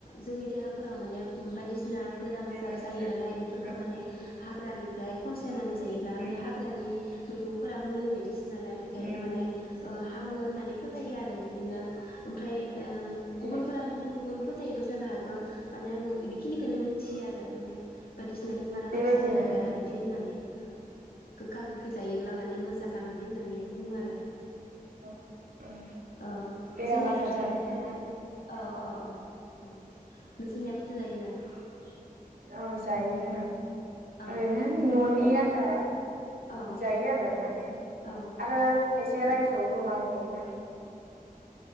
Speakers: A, on the left; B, on the right.
A: जोंनि देहाफोराव माने उम बायदिसिना
B: उम
A: बेराम
B: बेमार
A: आजार जायो नालाय बेफोरखौ
B: ओं
A: माने हा फ्रानिफ्राय खन सायनानै जायोब्ला
B: उम
A: बे हाग्रानि मैगं फोरा मुलि बायदिस नालाय बेखायनो
B: उम
A: माने ओ हामो होननानै फोथायो आर जायो बिदिनो ओमफ्राय
B: औ
A: ओ
B: बेबायदिनो
A: गुबुनफोरा गुबुन गुबुनफोर थायबो जानो हागो। माने आं बेखिनिखौनो मिथियो आरो माने बायदिसिना
B: उम
A: बेमार आजार
B: बेबायदिनो
A: जानो हाया बिदि होननानै आ गोखा गोखै जायो। अब्ला माने मोजां बिदि होननानै बुङो आरो।
B: औ औ
A: ओ
B: बेराम
A: जोंनियाहाय
B: आजार जानो
A: बेफोर
B: हाया
A: औ
B: होनना फोथायो
A: औ औ औ नोंसिनिया फोथो जायोना? <unintelligible>
B: औ जायो जोंनाबो
A: औ
B: ओरैनो न'नि आन्था
A: औ
B: जायो आरो माने
A: औ
B: आरो खायसे
A: औ
B: रायजोआव जमा जायोना।